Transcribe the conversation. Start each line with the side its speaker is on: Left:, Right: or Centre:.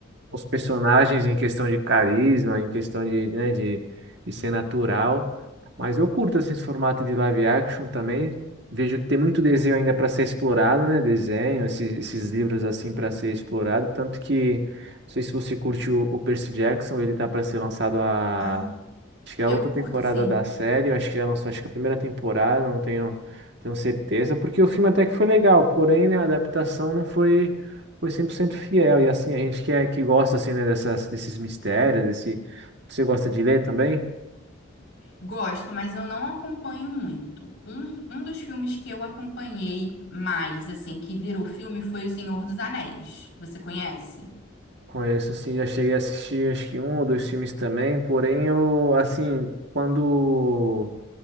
Right: os personagens em questão de carisma, em questão de, né, de, de ser natural. Mas eu curto assim, esse formato de live action também. Vejo que tem muito desenho ainda para ser explorado, né? Desenho, esses, esses livros assim para ser explorado. Tanto que, não sei se você curte o, o Percy Jackson, ele tá para ser lançado a
Left: Ah,
Right: Acho que é a
Left: eu
Right: outra
Left: curto
Right: temporada
Left: sim.
Right: da série, eu acho que já lançou, acho que a primeira temporada, não tenho, tenho certeza, porque o filme até que foi legal, porém, né, a adaptação não foi, foi 100% fiel, e assim, a gente que, é, que gosta, assim, né, dessas, desses mistérios, desse... Você gosta de ler também?
Left: Gosto, mas eu não acompanho muito. Um, um dos filmes que eu acompanhei mais, assim, que virou filme foi O Senhor dos Anéis. Você conhece?
Right: Conheço, sim, já cheguei a assistir, acho que um ou dois filmes também, porém, eu, assim, quando...